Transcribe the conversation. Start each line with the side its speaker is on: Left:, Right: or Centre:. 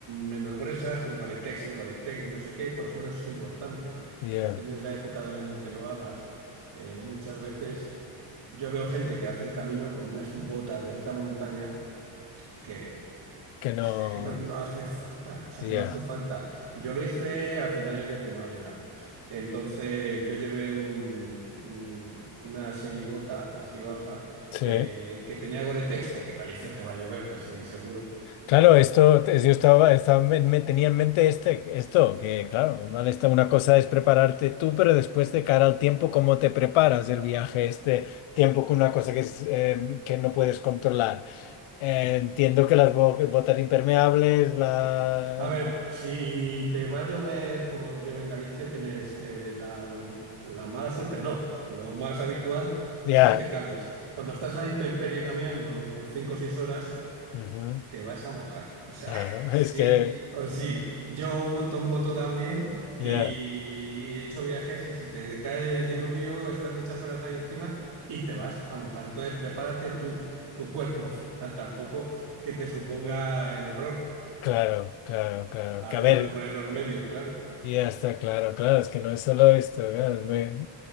Right: menos gruesas, con Gore-Tex, sin Gore-Tex, no sé qué. Por ejemplo, eso es importante.
Left: ya,
Right: Depende de la época del año en que lo hagas. Eh, muchas veces yo veo gente que hace el camino con unas botas de alta montaña que
Left: que
Right: pues
Left: no,
Right: Es que no, no hace falta, o sea,
Left: ya,
Right: no hace falta. Yo lo hice a finales de primavera. Entonces yo llevé un- un- una semibota así baja
Left: sí.
Right: eh, que tenía Gore-Tex porque en Galicia te va a llover casi seguro.
Left: Claro, esto es- yo estaba, estaba- me, me tenía en mente este, esto, que claro, mal está, una cosa es prepararte tú, pero después de cara al tiempo, ¿cómo te preparas el viaje, este tiempo con una cosa que, es, eh, que no puedes controlar? Eh, entiendo que las bo- botas impermeables, la...
Right: A ver, si te va a llover como llueve en Galicia, tienes eh, la, la mala suerte, no. Lo más habitual
Left: Ya,
Right: es que te cales. Cuando estás a intemperie caminando 5 o 6 horas,
Left: ujú,
Right: te vas a mojar. O sea,
Left: Claro,
Right: <laughs> sí
Left: <laughs> es que,
Right: o sí. Yo monto en moto también y
Left: ya,
Right: he hecho viajes y si te cae el diluvio, estás muchas horas ahí encima y te vas a mojar. Entonces, prepárate tú, tu cuerpo, <laughs> para tampoco que te suponga el horror.
Left: Claro, claro, claro.
Right: Además
Left: Que a ver,
Right: de poner los medios, claro.
Left: Ya está claro, claro, es que no es solo esto, claro, me-